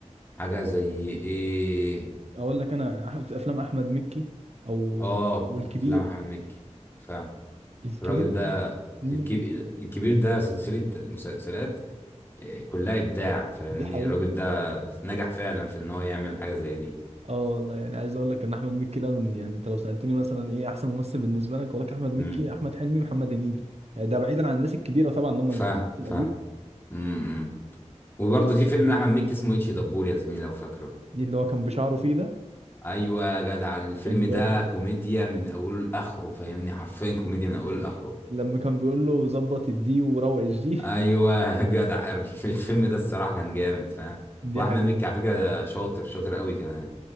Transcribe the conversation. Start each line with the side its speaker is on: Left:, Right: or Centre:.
Left: حاجة زي ايه
Right: اقول لك انا أح- في افلام احمد مكي او
Left: اه
Right: والكبير
Left: افلام احمد مكي فالراجل
Right: الكبير
Left: ده
Right: ده مم.
Left: الكبير, الكبير ده سلسلة مسلسلات آه، كلها ابداع فاهمني
Right: دي حقيقة
Left: الراجل ده نجح فعلا في ان هو يعمل حاجة زي دي
Right: اه والله يعني عايز اقول لك ان احمد مكي ده من يعني انت لو سألتني مثلا ايه احسن ممثل بالنسبة لك اقول لك احمد مكي
Left: امم
Right: احمد حلمي محمد هنيدي آه، ده بعيدا عن الناس الكبيرة طبعا اللي هم
Left: ف
Right: الناس القديم
Left: ف امم وبرضه في فيلم احمد مكي اسمه اتش دبور يا زميلي لو فاكره
Right: دي اللي هو كان بشعره فيه ده
Left: ايوه يا جدع الفيلم
Right: كان جامد
Left: ده كوميديا من اوله لاخره فاهمني حرفيا كوميديا من اوله لاخره
Right: لما كان بيقول له ظبط الدي وروق الجي
Left: ايوه يا جدع <laughs> الفيلم
Right: <laughs>
Left: ده الصراحة كان جامد فاهم
Right: دي
Left: واحمد
Right: حقيقة
Left: مكي على فكرة ده شاطر شاطر قوي كمان